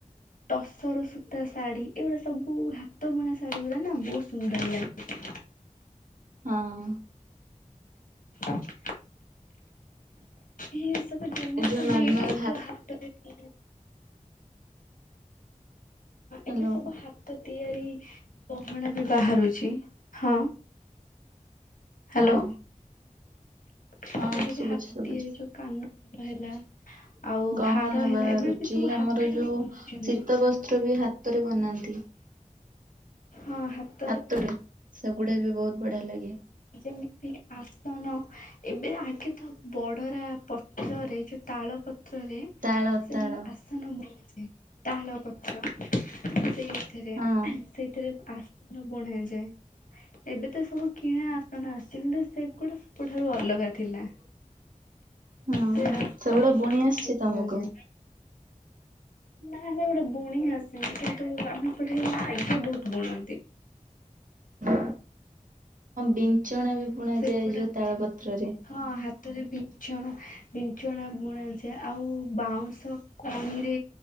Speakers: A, on the left; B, on the right.
A: ଟସର, ସୂତା ଶାଢୀ ଏଇଗୁଡା ସବୁ ହାତ ବୁଣା ଶାଢୀ ଗୁରା ନା। ବହୁତ ସୁନ୍ଦର ଲାଗେ।
B: ହଁ।
A: <inaudible> ଏ ସବୁ ଜିନିଷ
B: ଏ ଯୋଉ ନର୍ମାଲ
A: ବି ଯୋଉ ହାତରେ ଥିଲେ
B: ହ୍ୟାଲୋ
A: ଏବେ ସବୁ ହାତ ତିଆରି ଗହଣା ବି ବାହାରୁଛି ହଁ। ହ୍ୟାଲୋ।
B: ହଁ
A: ଯେମିତି
B: ହଁ ଶୁଭୁଛି
A: ହାତୀ
B: ଶୁଭୁଛି।
A: ଆଉ ଯୋଉ କାନ ଫୁଲ ହେଲା। ଆଉ
B: ଗହଣା
A: ହାର ହେଲା
B: ବାହାରୁଛି,
A: ଏବେ ବି ସବୁ
B: ଆମର
A: ହାତରେ
B: ଯୋଉ
A: ବି ବନଉଛନ୍ତି
B: ଶୀତ ବସ୍ତ୍ର ବି ହାତରେ ବନାନ୍ତି। <inaudible>
A: ହଁ।
B: ହାତରେ ସେଗୁଡା ବି ବହୁତ ବଢିଆ ଲାଗେ।
A: ଯେମିତି ଆସନ, ଏବେ ଆଗେ ତ ବଡରା ପତ୍ରରେ, ଯୋଉ ତାଳ ପତ୍ରରେ
B: ତାଳ
A: ସେଇ
B: ତାଳ
A: ଆସନ ବୁଣିଚି ତାଳ ପତ୍ର ସେଇ ଥିରେ
B: ହଁ
A: ସେଇଥିରେ ଆସନ ବୁଣା ଯାଏ। ଏବେ ତ ସବୁ କିଣା। ନା ନା, ସିନ୍ଦୁଶଗଡ ସେ ସବୁଠାରୁ ଅଲଗା ଥିଲା।
B: ହଁ
A: ସେ ରାସ୍ତା
B: ସେଗୁଡା
A: <unintelligible>
B: ବୁଣି ଆସିଛି
A: କୁହାଯାଏ।
B: ତମକୁ?
A: ନା ସେ ଗୋଟେ ବୁଣୀ ଆସୁନି କିନ୍ତୁ ଆମେ ସେଠେଇ ଆଗେ ବହୁତ ବୁଣନ୍ତି।
B: ହଁ, ବିଞ୍ଚଣା ବି ବୁଣା
A: ସେଗୁଡା
B: ଯାଏ ଯୋଉ ତାଳ ପତ୍ରରେ।
A: ହଁ ହାତରେ ବିଛଣା ବିଚଣା ବୁଣାଯାଏ ଆଉ ବାଉଁଶ କଣିରେ